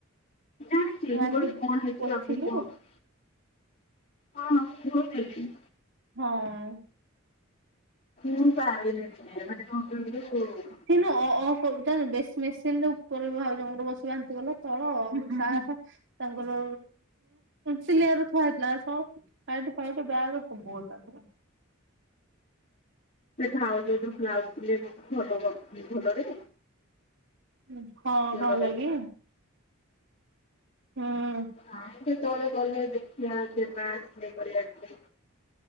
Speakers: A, on the left; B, on the right.
A: ଜାଣିଛି
B: ମାନସି
A: ମୁଁ କହିଲି କଣ ହେଇଛି
B: ପୋଛିଲୁ
A: ଜଲଦି କୁହ? ହଁ ହଁ ଥୋଇଦେଲି।
B: ହଁ।
A: ହୁଁ ପା ଆଇଲେ <inaudible> କଣ କହିଲୁ?
B: ସେ ନୁହଁ ଅ ଅ କରୁଥିଲା ବେଶି ମେସିନରେ ଉପରେ ଭାଉଜଙ୍କର ବସି ବାନ୍ତି କଲା ତଳ ଅ ଅ ତାଙ୍କର ସିଲିଆର ଥୁଆ ହେଇଥିଲା ସ ପାଇଟି ଫାଇଟି ବ୍ୟାଗ୍ ସବୁ ଅଛି ତାଙ୍କର।
A: ସେ ଭାଉଜ ଯୋଉ ବ୍ଲାଉଜ ସିଲେଇ କରୁଛି ଭଲ କରୁଛି ଭଲରେ।
B: ହୁଁ କଣ
A: ଭଲରେ
B: କଣ ହେଲାକି? ହୁଁ
A: ନାଇଁ କେତେବେଳେ ଗଲେ ଦେଖିଵା ସେ ପା ସିଲେଇ କରିବାକୁ।